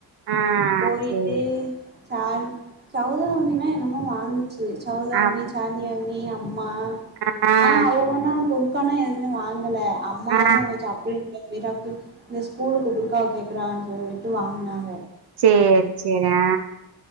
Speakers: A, on the right (about 90°); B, on the right (about 25°).
A: ஆ.
B: போய்ட்டு
A: சரி.
B: சால் சவுதா அம்பனா என்னமோ வாங்கு சேரி‌ சௌதாமி
A: அப்ப
B: சாலியாமி அம்மா
A: ஆ
B: அவுங்க தா பொருக்கான எதுவுமே வாங்கல அம்மா
A: ஆ,
B: வச்சு அப்டி விராக்கு இந்த ஸ்கூலுக்கு புருக்காவ கேக்குறான்னு சொல்லிட்டு வாங்குனாங்க
A: சேரி சேரி ஆ